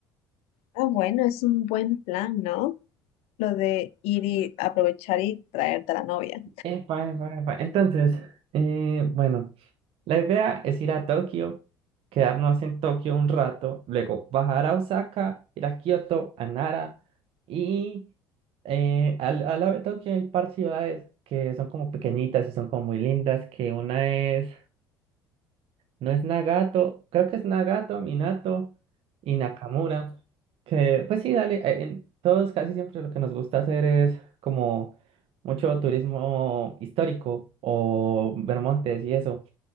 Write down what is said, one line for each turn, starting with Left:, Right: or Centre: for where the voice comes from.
Left: Ah, bueno, es un buen plan, ¿no? Lo de ir y aprovechar y traerte a la novia.
Right: Epa, epa, epa. Entonces, eh, bueno, la idea es ir a Tokio, quedarnos en Tokio un rato, luego bajar a Osaka, ir a Kioto, a Nara y eh, al, al lado de Tokio hay par ciudades que son como pequeñitas y son como muy lindas, que una es no es Nagato, creo que es Nagato, Minato y Nakamura. Que, pues sí, dale, eh, en todos casi siempre lo que nos gusta hacer es como mucho turismo histórico o ver montes y eso.